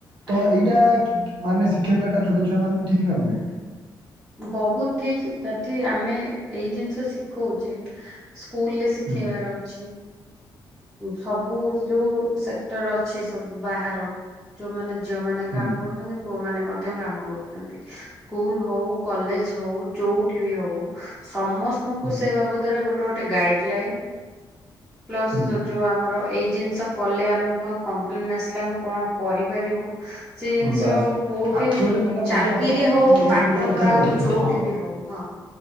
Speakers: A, on the right; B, in the centre.
A: ତ
B: ଆଜ୍ଞା
A: ଏଇଟା କି-କି ଆମେ ଶିଖେଇବାଟା ଛୋଟ ଛୁଆ ମାନଙ୍କୁ ଠିକ ନା ଭୁଲ।
B: ବହୁତ ଠିକ ଯଦି ଆମେ ଏଇ ଜିନିଷ ଶିଖଉଚେ ସ୍କୁଲରେ ଶିଖେଇବାର
A: ହୁଁ
B: ଅଛି। ସବୁ ଯୋଉ ସେକ୍ଟର ଅଛି, ସବୁ ବାହାର ଯୋଉମାନେ ଝିଅ ମାନେ ବି
A: ହୁଁ
B: କାମ କରୁଛନ୍ତି ପୁଅମାନେ ମ ଧ୍ୟ କାମ କରୁଚନ୍ତି। ସ୍କୁଲ ହଉ, କଲେଜ ହଉ ଯୋଉଠି ବି ହଉ ସମସ୍ତଙ୍କୁ
A: ହୁଁ
B: ସେ ବାବଦରେ ଗୋଟେ ଗୋଟେ ଗାଇଡ ଲାଇନ୍ ପ୍ଲସ
A: ହୁଁ।
B: ଯୋଉ ଆମର ଏଇ ଜିନିଷ କଲେ ଆମକୁ ଆଉ କମ୍ପ୍ଲେନ ଆସିଲେ ଆମେ କଣ କରିପାରିବୁ ସେଇ ଜିନିଷ
A: ହଁ ବାସ୍
B: କୋଉଠି
A: ଆକ୍ଚୁଆଲି
B: ବି
A: ମ୍ୟାଡ଼ାମ
B: ଚାକିରୀ
A: ଏଇଠି ଆପଣ
B: ହଉ,
A: ଆପଣ ଏଇଠି
B: ପାଠପଢା
A: ଗୋଟେ କଥା କହିଲେ
B: ହଉ, ଯୋଉଠି
A: ହଁ
B: ବି ହଉ ହଁ।